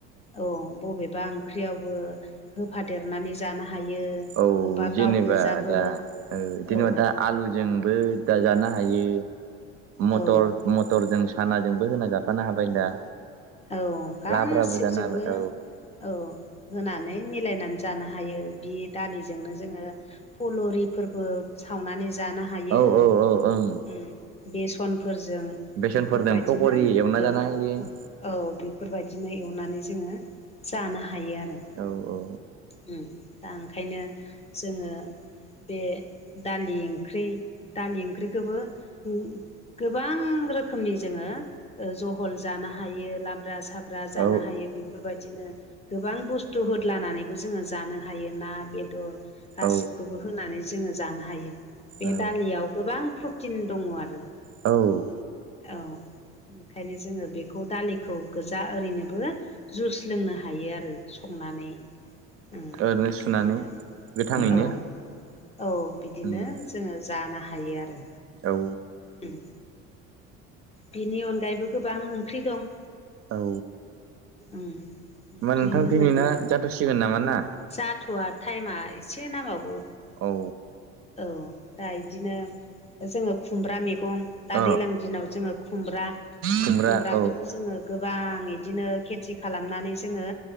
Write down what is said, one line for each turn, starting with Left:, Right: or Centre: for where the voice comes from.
Left: औ बबे बा ओंख्रियावबो होफादेरनानै जानो हायो।
Right: औ
Left: अबेबा
Right: जेनेबा
Left: गाव गोजाबो
Right: दा ओ जेनेबा
Left: औ
Right: दा आलु जोंबो दाजानो हायो मटर
Left: औ
Right: मटरजों सानाजोंबो होना जाफानो हाबाय दा।
Left: औ गासिबजोबो
Right: लाब्राबो जानो हाबाय
Left: औ होनानै मिलायनानै जानो हायो। बे दालिजोंनो जोङो फुलरिफोरबो सावनानै जानो हायो
Right: औ ओं ओ औ औ ओं
Left: ओम बे समफोरजों।
Right: बेसनफोरजों
Left: बेफोर बायदिनो
Right: पकरि एवना जानो
Left: औ।
Right: हायो
Left: औ बेफोर बायदिनो एवनानै जोङो जानो हायो आरो
Right: औ औ।
Left: उम उम दा ओंखायनो जोङो बे दालि ओंख्रि दालि ओंख्रिखौबो उम गोबां रोखोमनि जोङो ओ जहल जानो हायो लाब्रा साब्रा जानो
Right: औ
Left: हायो बेफोर बायदिनो गोबां बुस्थु होदलानानैबो जोङो जानो हायो ना बेदर गासिबखौबो
Right: औ
Left: होनानै जोङो जानो हायो बे
Right: औ
Left: दालियाव गोबां प्रटिन दङ आरो।
Right: औ
Left: औ ओंखायनो जोङो बेखौ दालिखौ गोजा ओरैनोबो जुस लोंनो हायो आरो संनानै ओम
Right: ओरैनो सुनानै
Left: बिदिनो
Right: गोथाङैनो
Left: औ औ बिदिनो
Right: उम
Left: जोङो जानो हायो आरो
Right: औ
Left: ओम बिनि अनगायैबो गोबां ओंख्रि दं।
Right: औ
Left: ओम ओंख्रि
Right: नोंथां दिनैना
Left: होनोब्ला
Right: जाथ'सिगोन नामा ना
Left: जाथ'वा। टाइमा एसे नांबावगौ।
Right: औ
Left: औ दा इदिनो जोङो खुमब्रा मैगं। दा
Right: औ
Left: दैज्लां दिनाव जोङो खुमब्रा
Right: खुमब्रा
Left: खुमब्राखौबो
Right: औ
Left: जोङो। गोबां इदिनो खेथि खालामनानै जोङो